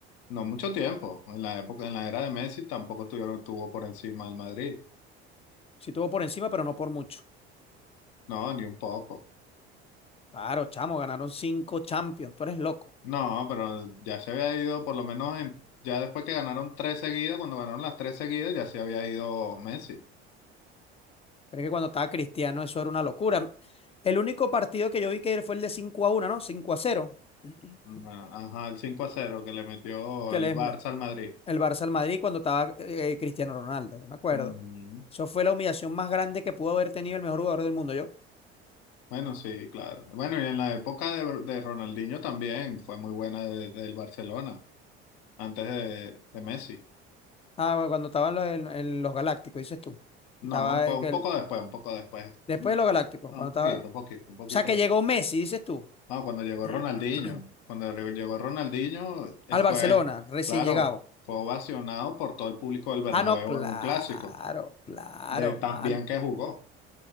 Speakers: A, on the left; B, on the left.
A: No mucho tiempo, en la época, en la era de Messi tampoco tuvieron, tuvo por encima el Madrid.
B: Sí estuvo por encima, pero no por mucho.
A: No, ni un poco.
B: Claro, chamo, ganaron cinco Champions, tú eres loco.
A: No, pero ya se había ido, por lo menos en- ya después que ganaron tres seguidas, cuando ganaron las tres seguidas, ya se había ido Messi.
B: Pero es que cuando estaba Cristiano eso era una locura. El único partido que yo vi que fue el de cinco a uno ¿no? cinco a cero <clears throat>
A: Ah, Ajá, el 5 a cero que le metió
B: Que
A: el
B: les,
A: Barça al Madrid.
B: El Barça al Madrid cuando estaba eh, eh, Cristiano Ronaldo, yo me acuerdo.
A: Mm,
B: Eso fue la humillación más grande que pudo haber tenido el mejor jugador del mundo, yo.
A: Bueno, sí, claro. Bueno, y en la época de, de Ronaldinho también fue muy buena de- del Barcelona, antes de, de Messi.
B: Ah, bueno, cuando estaba en, los- en- en los Galácticos, dices tú. Estaba
A: No, un, po-
B: eh,
A: un
B: que el-
A: poco después, un poco después.
B: después de los Galácticos,
A: Un
B: cuando estaba.
A: poquito,
B: O
A: un poquito, un poquito
B: sea, que
A: después.
B: llegó Messi, dices tú.
A: No, cuando llegó Ronaldinho,
B: <clears throat>
A: cuando re- llegó Ronaldinho, eh,
B: Al
A: fue,
B: Barcelona, recién
A: claro,
B: llegado.
A: fue ovacionado por todo el público del Bernabéu
B: Ah, no, claro,
A: en un clásico,
B: claro,
A: de tan
B: mano.
A: bien que jugó,